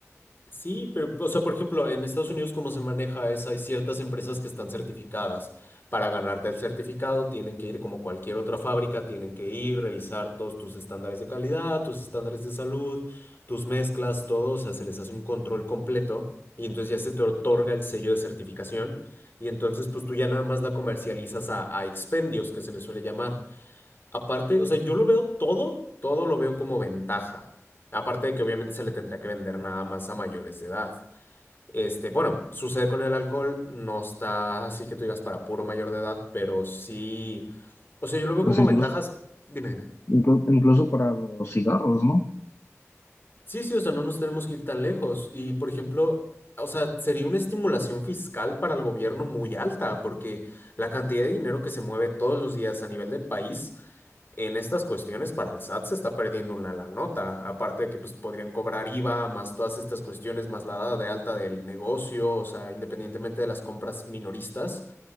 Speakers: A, on the left; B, on the left.
A: Sí, pero, o sea, por ejemplo, en Estados Unidos, ¿cómo se maneja eso? Hay ciertas empresas que están certificadas. Para ganarte el certificado, tienen que ir como cualquier otra fábrica, tienen que ir, revisar todos tus estándares de calidad, tus estándares de salud, tus mezclas, todo. O sea, se les hace un control completo y entonces ya se te otorga el sello de certificación. Y entonces, pues tú ya nada más la comercializas a, a expendios, que se les suele llamar. Aparte, o sea, yo lo veo todo, todo lo veo como ventaja. Aparte de que obviamente se le tendría que vender nada más a mayores de edad. Este, bueno, sucede con el alcohol, no está así que tú digas para puro mayor de edad, pero sí. O sea, yo lo veo
B: Pues
A: como
B: incluso,
A: ventajas. Dime, dime.
B: inclu- incluso para los cigarros, ¿no?
A: Sí, sí, o sea, no nos tenemos que ir tan lejos. Y, por ejemplo, o sea, sería una estimulación fiscal para el gobierno muy alta, porque la cantidad de dinero que se mueve todos los días a nivel de país. en estas cuestiones para el SAT se está perdiendo una la nota, aparte de que pues, podrían cobrar IVA, más todas estas cuestiones, más la dada de alta del negocio, o sea, independientemente de las compras minoristas.